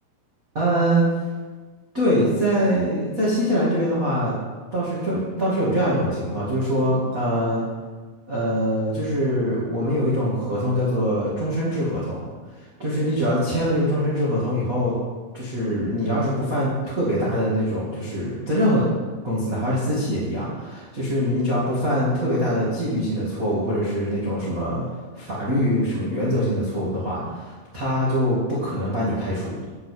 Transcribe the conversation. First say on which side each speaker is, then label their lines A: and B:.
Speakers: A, on the right; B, on the right.
A: 嗯，对，在在新西兰这边的话，倒是这倒是有这样一种情况，就是说，呃呃，就是我们有一种合同叫做终身制合同。就是你只要签了这个终身制合同以后，
B: 嗯嗯
A: 就是你要是不犯特别大的那种，就是在任何公司，哪怕是私企也一样，就是你只要不犯特别大的纪律性的错误，
B: 嗯，
A: 或者是那种什么法律什么原则性的错误的话，他就不可能把你开除。